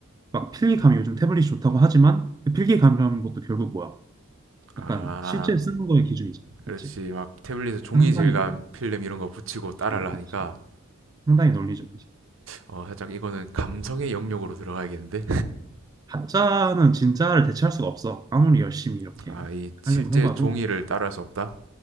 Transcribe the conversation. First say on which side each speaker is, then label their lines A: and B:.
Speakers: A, on the right; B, on the right.
A: 막 필기감이 요즘 태블릿이 좋다고 하지만 그 필기감이라는 것도 결국 뭐야?
B: 아,
A: 약간 실제 쓰는 거의 기준이지.
B: 그렇지.
A: 그렇지?
B: 막 태블릿에 종이
A: 상당히
B: 질감 필름 이런 거 붙이고 따라하려
A: 그치, 그치.
B: 하니까
A: 상당히 논리적이지.
B: 어, 살짝 이거는 감성의 영역으로 들어가야겠는데?
A: 가짜는 진짜를 대체할 수가 없어. 아무리 열심히 이렇게
B: <laughs> 아, 이 실제
A: 하려고 해봐도.
B: 종이를 따라할 수 없다?